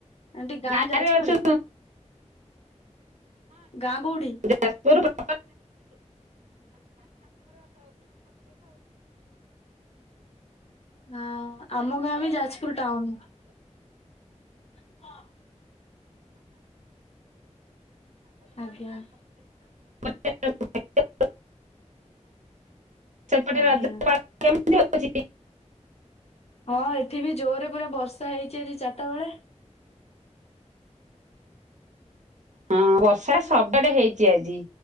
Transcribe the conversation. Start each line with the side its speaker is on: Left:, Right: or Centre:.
Left: ଆଣ୍ଟି ଗାଁ
Right: ଗାଁରେ
Left: ଯାଜପୁର
Right: ଅଛୁ
Left: ରେ! ଗାଁ କଉଠି?
Right: ଯାଜ୍ ପୁର୍ ପା
Left: ହଁ, ଆମ ଗାଁ ବି ଯାଜ୍ ପୁର୍ ଟାଉନ୍। <inaudible> ଆଜ୍ଞା।
Right: <inaudible> ସେପଟେ
Left: ଆଜ୍ଞା
Right: ରଜ ପାଳ କେମିତି ହଉଚି?
Left: ହଁ, ଏଠି ବି ଜୋର୍ ରେ ପୁରା ବର୍ଷା ହେଇଚି ଆଜି ଚାର୍ ଟା ବେଳେ।
Right: ହଁ, ବର୍ଷା ସବୁଆଡେ ହେଇଚି ଆଜି।